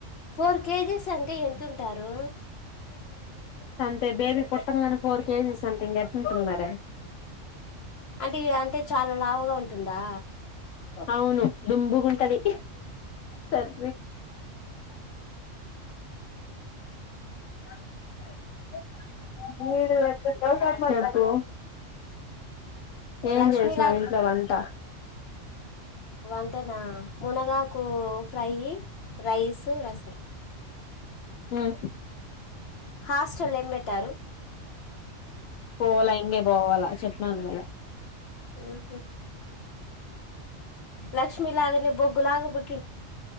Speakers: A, on the left (about 55°); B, on the left (about 80°).
A: ఫోర్ కేజస్ అంటే ఎతుంటారు
B: అంటే బేబీ పుట్టగానె ఫోర్ కేజీస్ అంటే ఇంగ ఎట్ంటున్నారె
A: అంటే ఈ అంటే చాలా లావుగా ఉంటుందా
B: అవును డుమ్బుగుంటది సర్ <unintelligible> చెప్పు ఏం
A: లక్ష్మీ
B: చేసినవ్ ఇంట్ల వంట
A: వంటన మునగాకు ఫ్రై రైస్ రసం
B: ఉమ్
A: హాస్టలేం బెట్టారు
B: పోవ్ల ఇంగే పోవాలా చెప్పినను కదా
A: ఉహు లక్ష్మీ లాగనే బొగ్గులాగ బుట్